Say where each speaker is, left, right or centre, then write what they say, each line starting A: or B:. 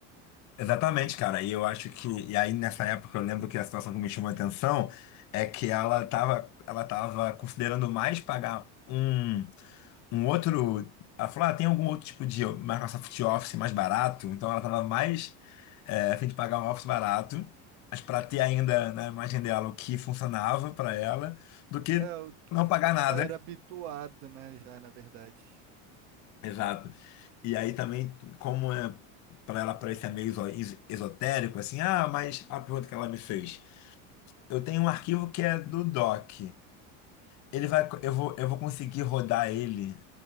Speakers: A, on the left (about 50°); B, on the right (about 75°).
A: Exatamente, cara, e eu acho que, e aí nessa época eu lembro que a situação que me chamou a atenção é que ela tava, ela tava considerando mais pagar um um outro. Ela falou: ah, tem algum outro tipo de Microsoft Office mais barato? Então ela estava mais é, a fim de pagar um Office barato, mas para ter ainda na imagem dela o que funcionava para ela, do que
B: É, o que
A: não pagar nada.
B: era habituado, né, já, na verdade.
A: Exato. E aí também, como é para ela parecer meio iso- is- esotérico, assim, ah, mas a pergunta que ela me fez. Eu tenho um arquivo que é do Doc. Ele vai, eu vou, eu vou conseguir rodar ele